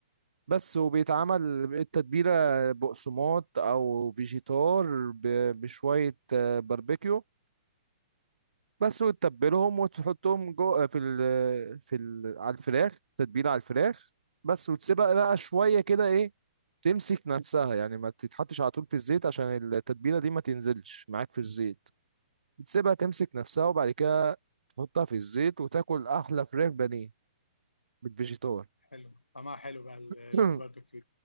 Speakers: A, on the right (about 70°); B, on the left (about 80°).
A: بس وبيتعمل التتبيلة بقسماط او فيجيتار ب- بشوية آه، باربيكيو بس وتتبلهم وتحطهم جوه في ال في ال على الفراخ تتبيلة على الفراخ بس وتسيبها بقى شوية كده ايه تمسك نفسها يعني ما تتحطش على طول في الزيت عشان التتبيلة دي ما تنزلش معاك في الزيت بتسيبها تمسك نفسها وبعد كده تحطها في الزيت وتاكل احلى فراخ بانيه بالفيجيتار <laughs>
B: حلو طعمها حلو بقى اللي
A: <clears throat>
B: بالباربيكيو